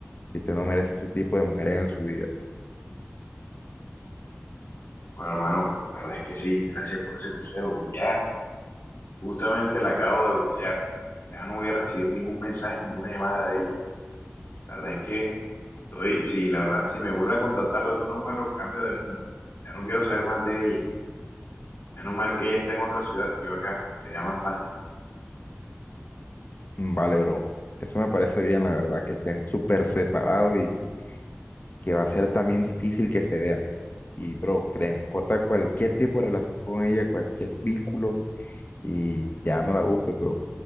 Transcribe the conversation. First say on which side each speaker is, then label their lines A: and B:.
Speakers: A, on the left (about 45°); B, on the left (about 65°).
A: y usted no merece ese tipo de mujeres en su vida.
B: Bueno, hermano, la verdad es que sí, gracias por ese consejo. Y ya, justamente la acabo de bloquear. Ya no voy a recibir ningún mensaje, ninguna llamada de ella. La verdad es que estoy, sí, la verdad, si me vuelve a contactar de otro número, cambio de número. Ya no quiero saber más de ella. Menos mal que ella está en otra ciudad y yo acá. Sería más fácil.
A: Mm, Vale, bro. Eso me parece bien, la verdad, que estén súper separados y que va a ser también difícil que se vean. Y, bro, créeme, corta cualquier tipo de relación con ella, cualquier vínculo, y ya no la busques, bro.